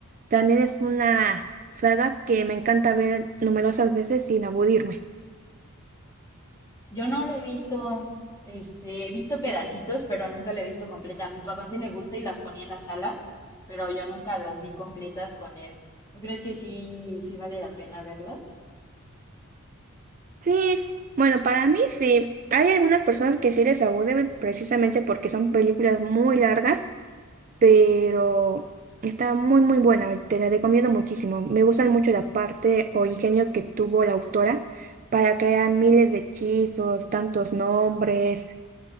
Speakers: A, on the right; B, on the left.
A: También es una saga que me encanta ver numerosas veces sin aburrirme.
B: Yo no la he visto, este, he visto pedacitos, pero nunca la he visto completa. A mi papá sí le gusta y las ponía en la sala, pero yo nunca las vi completas con él. ¿Tú crees que sí, sí vale la pena verlas?
A: Sí, es- bueno, para mí sí. Hay algunas personas que sí les aburre precisamente porque son películas muy largas, pero está muy muy buena, te la recomiendo muchísimo. Me gustan mucho la parte o ingenio que tuvo la autora para crear miles de hechizos, tantos nombres.